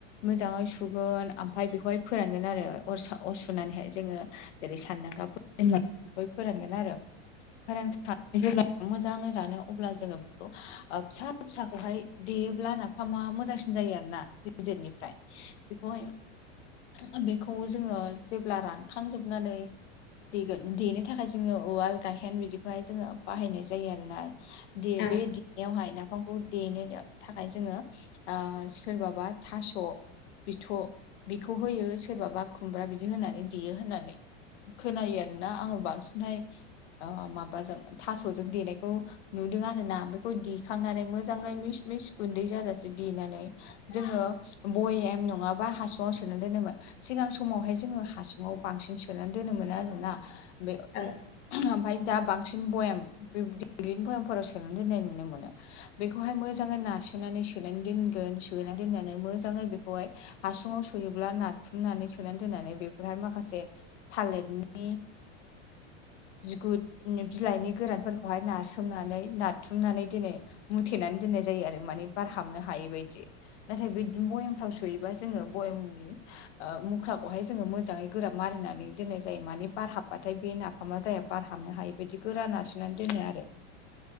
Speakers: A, on the left (about 75°); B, on the left (about 35°).
A: मोजाङै सु गोन ओमफ्राय बेखौहाय फोरानगोन आरो अर साव अर सुनानैहाय जोङो जेरै सानदांगा <unintelligible> फोरानगोन आरो फोरा <unintelligible> जेब्ला मोजाङै रानो अब्ला जोङो बेखौ ओ फिसा फिसाखौहाय देयोब्ला नाफामा मोजांसिन जायो आरो ना गिदिरनिफ्राय।
B: <unintelligible>
A: बेखौहाय बेखौ जोङो जेब्ला रानखांजोबनानै देनो थाखाय जोङो उवाल गायखेन बिदिखौहाय जोङो बाहायनाय जायो आरोोना दे
B: ओं
A: बे
B: ओं
A: दनायावहाय ना बिफांखौ देनो थाखाय जोङो सोरबाबा थास' बिथ' बिखौ होयो सोरबाबा खुमब्रा बिदि होनानै देयो होननानै खोनायो आरोना आङो बांसिनहाय माबाजों थास'जों देनायखौ नुदों आर ना बेखौ देखांनानै मोजाङै मिस मिस गुन्दै जाजासे देनानै जोङो बयेम नङाबा हासुङाव सोनानै दोनोमोन सिगां समावहाय जोङो हासुङाव बांसिन सोनानै दोनोम मोनो आरोोना बे
B: औ
A: ओमफफ्राय दा बांसिन भयेम बे दिडग्लिनि भयेमफोराव सोनानै दोननाय नुनो मोनो बेखौहाय मोजाङै नारासोनानै सोनानै दोनगोन सोनानै दोननानै मोजाङै बेखौहाय हासुङाव सोयोब्ला नाथुमनानै सोनानै दोननानै बेफोरहाय माखासे थालिरनि बिगुर बिलाइनि गोरानफोरखौहाय नारास्रोमनानै नारथुमनानै दोनो मुथेनानै दोननाय जायो आरो माने बारहाबनो हायै बायदि नाथाय बे बयमफ्राव सुयोबा जोङो बयेमनि मुख्राखौहाय जोङो मोजाङै गोराब मारिनानै दोननाय जायो माने बारहाबबाथाय बे नाफामा जाया बारहाबनो हायि बायदि गोरा न आरारजिनानै दोनो आरो
B: <unintelligible>